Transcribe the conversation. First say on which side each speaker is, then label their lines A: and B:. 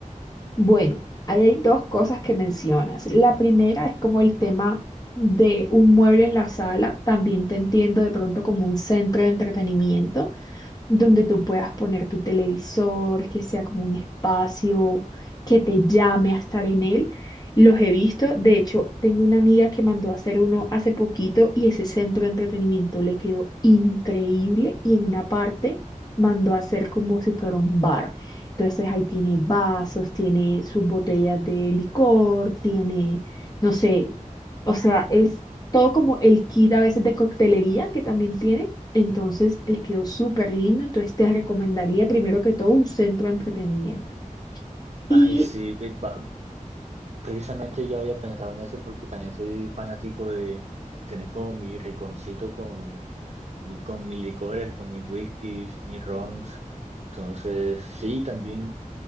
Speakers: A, on the left; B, on the right.
A: Bueno, ahí hay dos cosas que mencionas. La primera es como el tema de un mueble en la sala. También te entiendo de pronto como un centro de entretenimiento donde tú puedas poner tu televisor, que sea como un espacio que te llame a estar en él. Los he visto, de hecho, tengo una amiga que mandó a hacer uno hace poquito y ese centro de entretenimiento le quedó increíble y en una parte mandó a hacer como si fuera un bar. Entonces ahí tiene vasos, tiene sus botellas de licor, tiene, no sé, o sea, es todo como el kit a veces de coctelería que también tiene entonces, él quedó súper lindo. Entonces, te recomendaría primero que todo un centro de entretenimiento. Y
B: Ay, sí, ve- va- precisamente yo había pensado en eso porque también soy fanático de tener como mi rinconcito con, y con mis licores, con mis whiskies, mis rons. Entonces, sí, también